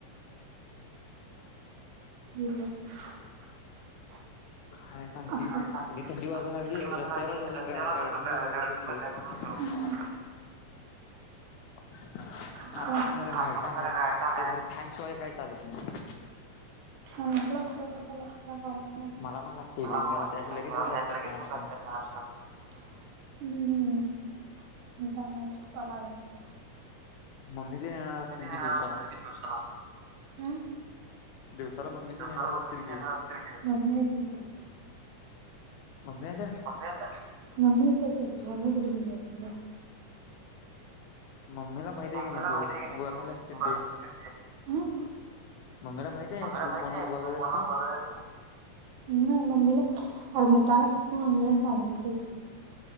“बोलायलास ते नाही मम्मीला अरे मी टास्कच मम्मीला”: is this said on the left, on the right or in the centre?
Right